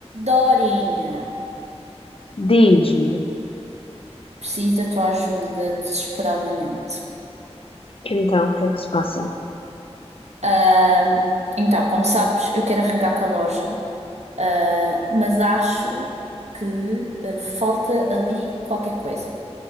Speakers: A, on the right (about 80°); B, on the left (about 55°).
A: Dorinha,
B: Diz-me,
A: preciso da tua ajuda desesperadamente.
B: então, o que é que se passa?
A: Ahm, então, como sabes, eu quero arrancar com a loja, ah, mas acho que ah, falta ali qualquer coisa.